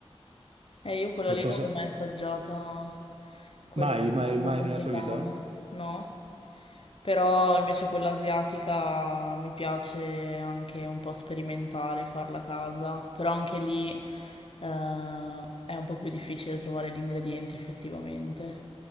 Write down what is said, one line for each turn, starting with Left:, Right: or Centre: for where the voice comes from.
Left: Eh, io quella
Right: Non
Left: lì
Right: so
Left: non
Right: se...
Left: l'ho mai assaggiata, quella
Right: Mai, mai,
Left: nordafricana,
Right: mai nella tua vita?
Left: no? Però invece quella asiatica mi piace anche un po' sperimentare, farla a casa. Però anche lì eh, è un po' più difficile trovare gli ingredienti effettivamente.